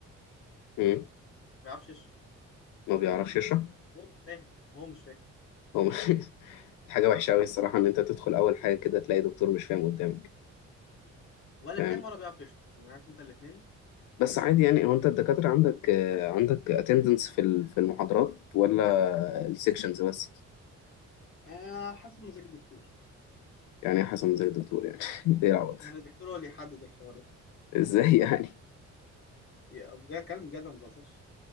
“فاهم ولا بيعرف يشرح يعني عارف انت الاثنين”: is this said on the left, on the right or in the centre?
Left